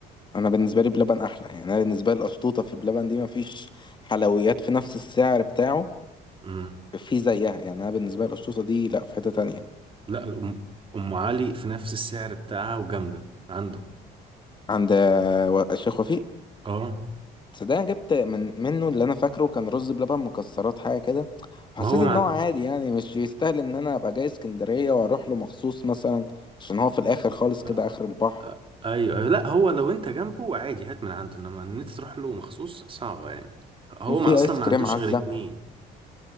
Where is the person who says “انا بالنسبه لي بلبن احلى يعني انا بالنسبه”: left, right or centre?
Left